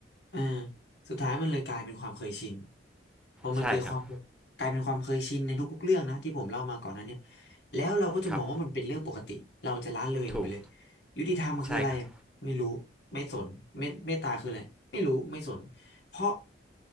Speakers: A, on the left; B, in the centre.
A: อ่าสุดท้ายมันเลยกลายเป็นความเคยชินพอมันเกิดความ
B: ใช่ครับ
A: กลายเป็นความเคยชินในทุกๆเรื่องนะที่ผมเล่ามาก่อนหนั้นเนี่ยแล้วเราก็จะมองว่ามันเป็นเรื่องปกติเราจะละเลยมันไปเลย
B: ครับ ถูก
A: ยุติธรรมคืออะไรอะไม่รู้ไม่สนเมตเมตตาคืออะไรไม่รู้ไม่สนเพราะ
B: ใช่ครับ